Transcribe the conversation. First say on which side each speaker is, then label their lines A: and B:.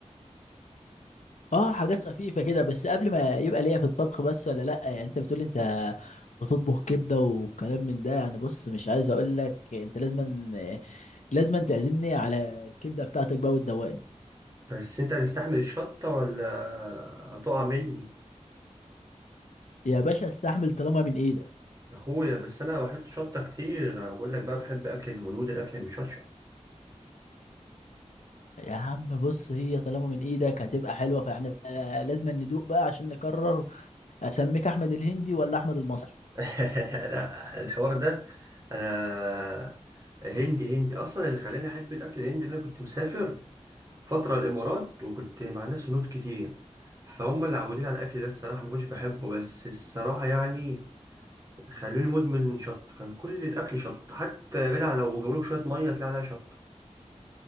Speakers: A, on the left; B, on the right.
A: اه حاجات خفيفة كده بس قبل ما يبقى ليا في الطبخ بس ولا لا يعني انت بتقول انت بتطبخ كبدة والكلام من ده يعني بص مش عايز اقول لك انت لازما لازما تعزمني على الكبدة بتاعتك بقى وتدوقني
B: بس أنت هتستحمل الشطة ولا هتقع مني؟
A: يا باشا استحمل طالما من ايدك
B: أخويا بس أنا بحط شطة كتير أنا بقول لك بقى بحب أكل الهنود الأكل المشطشط
A: يا عم بص هي طالما من ايدك هتبقى حلوه فاحنا لازم ندوق بقى عشان نقرر اسميك احمد الهندي ولا احمد المصري
B: <laughs> لا الحوار ده انا هندي هندي اصلا اللي خلاني احب الاكل الهندي ان انا كنت مسافر فتره الامارات وكنت مع ناس هنود كتير فهم اللي عودين على الاكل ده الصراحه ما كنتش بحبه بس الصراحه يعني خلوني مدمن شط كان كل الاكل شط حتى يا جدع لو جابولك شويه ميه تلاقي عليها شط